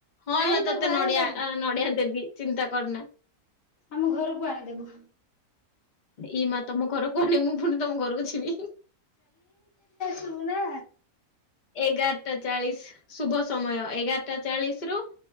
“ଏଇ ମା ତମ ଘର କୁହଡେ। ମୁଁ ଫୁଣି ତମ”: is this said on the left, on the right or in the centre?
Left